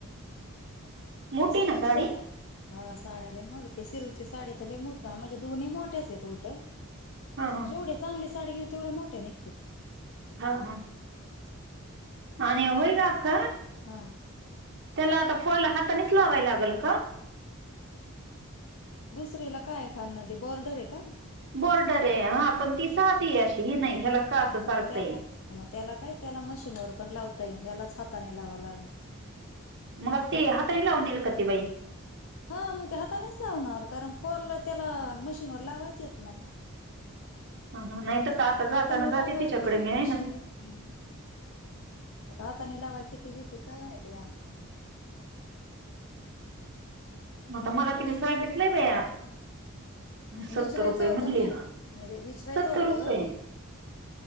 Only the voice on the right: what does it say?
मोठी
ना साडी
ह ह
हा हा. आणि होय का का
त्याला आता फॉल हातानेच लावाय लागेल का?
बॉर्डर आहे हा पण ती साधी अशी ह नाही. ह्याला काच
सारखं
आहे.
मग ते हाताणी लावून दिल. का ती बाई
हम हा नाही. तसं आता जाताना
जाते
तिच्याकडे
मी
आहे ना.
मग आता मला तिने
सांगितलंय. बाया सत्तर
रुपये
म्हणली
सत्तर
रुपये